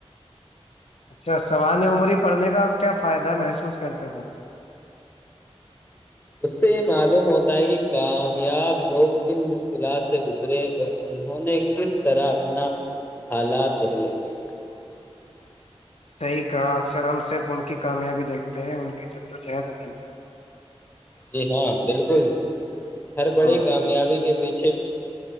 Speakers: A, on the left; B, on the left.
A: اچھا سوان عمری پڑھنے کا کیا فائدہ محسوس کرتے وہ
B: <unintelligible>
A: صحیح کا اکثر ہم <unintelligible> صرف ان کی کامیابی دیکھتے ہیں ان کی جدو چہت نہیں <unintelligible>
B: جی ہاں بالکل ہر بڑی
A: ہ
B: کامیابی کے پیچھے